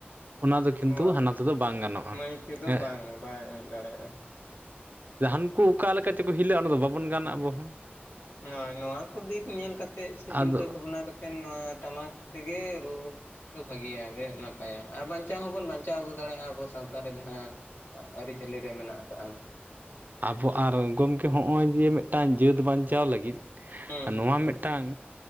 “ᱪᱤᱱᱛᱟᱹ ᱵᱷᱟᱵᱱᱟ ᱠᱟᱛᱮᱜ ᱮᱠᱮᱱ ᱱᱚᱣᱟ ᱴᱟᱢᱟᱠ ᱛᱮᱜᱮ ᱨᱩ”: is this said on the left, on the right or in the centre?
Left